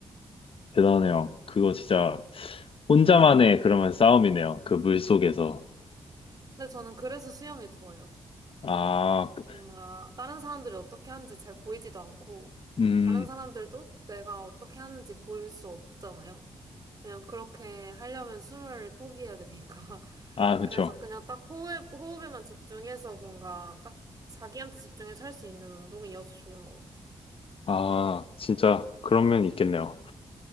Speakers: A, on the left; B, on the right.
A: 대단해요. 그거 진짜 혼자만의 그러면 싸움이네요. 그 물속에서.
B: 근데 저는 그래서 수영이 좋아요.
A: 아, 그-
B: 뭔가 다른 사람들이 어떻게 하는지 잘 보이지도 않고,
A: 음,
B: 다른 사람들도 내가 어떻게 하는지 보일 수 없잖아요. 그냥 그렇게 하려면 숨을 포기해야 되니까. <laughs>
A: 아,
B: 그래서
A: 그쵸.
B: 그냥 딱 호흡, 호흡에만 집중해서 뭔가 딱 자기한테 집중해서 할 수 있는 운동이어서 좋은 것 같아요.
A: 아, 진짜 그런 면이 있겠네요.